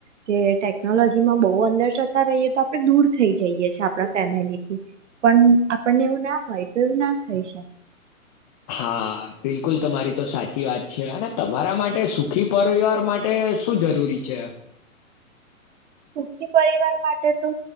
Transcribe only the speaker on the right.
કે ટેકનોલોજીમાં બહુ અંદર જતા રહીએ તો આપણે દૂર થઈ જઈએ આપણા ફેમિલીથી પણ આપણને એવું ના હોય. પૂલ ન થઈ શકે.
સુખી પરિવાર માટે તો